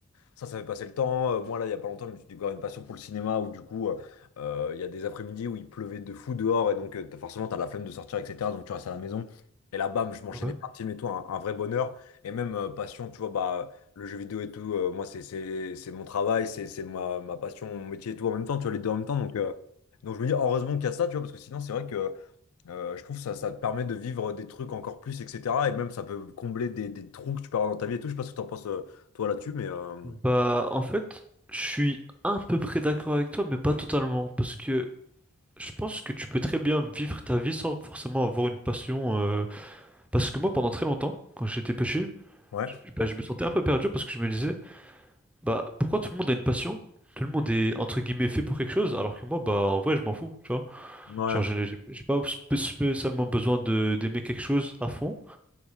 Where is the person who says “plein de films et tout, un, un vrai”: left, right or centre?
Left